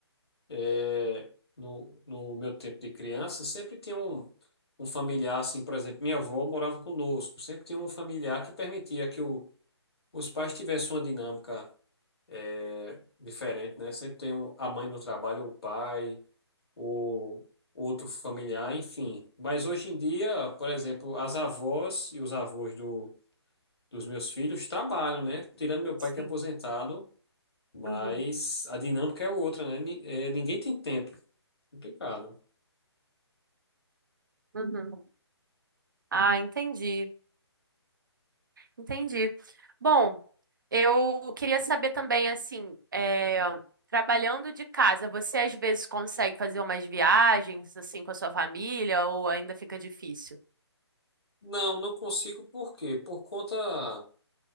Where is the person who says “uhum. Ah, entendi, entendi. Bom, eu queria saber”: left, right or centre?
Right